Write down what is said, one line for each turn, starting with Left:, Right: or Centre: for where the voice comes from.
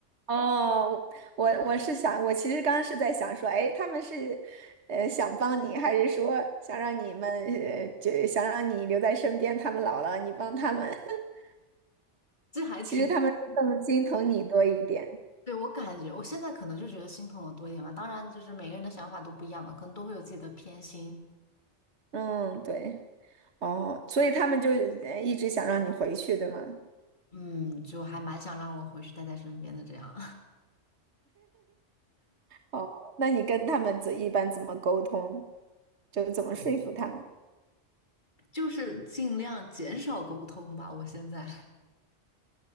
Right: 哦，我我是想，我其实刚刚是在想说，哎，他们是呃想帮你，还是说想让你们呃就想让你留在身边，他们老了你帮他们，<laughs>
Left: 这还挺。
Right: 其实他们是更心疼你多一点。
Left: 对，我感觉，我现在可能就觉得心疼我多一点吧。当然，就是每个人的想法都不一样嘛，可能都会有自己的偏心。
Right: 嗯，对，哦，所以他们就呃一直想让你回去，对吗？
Left: 嗯，就还蛮想让我回去待在身边的这样。
Right: 哦，那你跟他们怎一般怎么沟通？就怎么说服他们？
Left: <laughs> 就是尽量减少沟通吧。我现在，